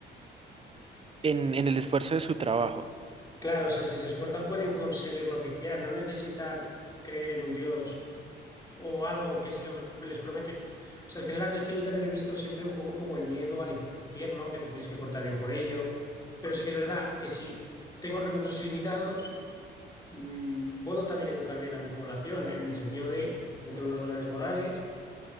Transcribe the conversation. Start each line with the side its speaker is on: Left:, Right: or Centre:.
Right: en en el esfuerzo de su trabajo.
Left: Claro, o sea, si se esfuerzan pueden conseguir lo que quieran, no necesitan creer en un Dios o algo que se le- les promete. O sea, al final la religión yo también lo he visto siempre un poco como el miedo al infierno, que te tienes que portar bien por ello. Pero sí que es verdad que si tengo recursos ilimitados, mm, puedo también educar bien a mi población en el sentido de dentro de unos valores morales